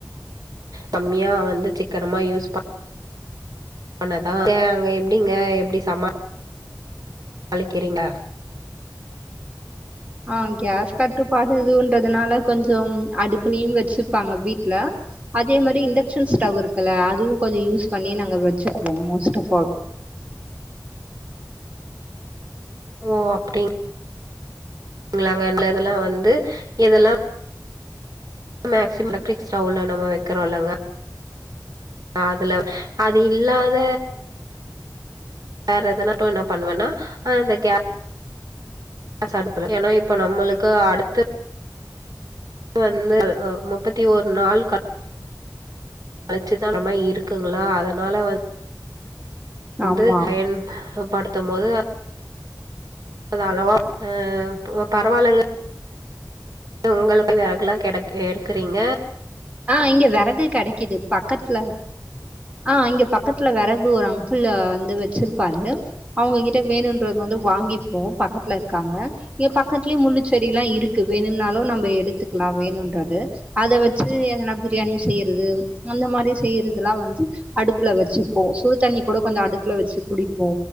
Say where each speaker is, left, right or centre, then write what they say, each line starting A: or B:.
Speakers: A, on the right; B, on the right.
A: கம்மியா வந்து சிக்கனமா யூஸ் பன்தான் அங்க எப்படிங்க எப்படி சம அழிக்கிறீங்கா
B: ஆஹ் கேஸ் கட்டுப்பாடு இதுன்றதுனால கொஞ்சம் அடுப்பலும் வச்சுப்பாங்க வீட்டுல அதே மாரி இண்டக்ஷன் ஸ்டவ் இருக்குல்ல அதுவும் கொஞ்சம் யூஸ் பண்ணி நாங்க வச்சுப்போம் மோஸ்ட் ஆஃப் ஆல்
A: ஓ அப்படி ங்களாங்கல இதெல்லாம் வந்து இதெல்லாம் மேக்சிமம் எலக்ரிக் ஸ்டவ்ல நம்ம வைக்கறோம்ங்க அதுல அது இல்லாத வேற எதனாட்டும் என்ன பண்ணுவன்னா இந்த கேஸ் காடுப்பலாம் ஏன்னா இப்ப நம்மளுக்கு அடுத்த இது வந்து முப்பத்தி ஒரு நாள் கட் அழச்சுதானமா இருக்குங்களா அதனால வந்து வந்து
B: ஆமா
A: அயன் ஹப் படுத்தும் போது அ அளவாஹ பரவாயில்லங்க உங்களுக்குய வறக்கெல்லா கடை எடுக்குறீங்க
B: ஆஹ இங்க விறகு கெடைக்குது பக்கத்துல ஆஹ இங்க பக்கத்துல விறகு ஒரு அங்கிள் வந்து வச்சிருப்பாரு அவுங்ககிட்ட வேணும்ன்றது வந்து வாங்கிப்போம் பக்கத்துல இருக்காங்க இங்க பக்கத்துலயே முள்ளு செடி எல்லா இருக்கு வேணும்னாலு நம்ப எடுத்துக்கலா வேணும்ன்றது அதை வச் எதனா பிரியாணி செய்யறது அந்த மாரி செய்யறதெல்லா வந்து அடுப்புல வச்சுப்போ சுடு தண்ணி கூட கொஞ்ச அடுப்புல வச்சு குடிப்போ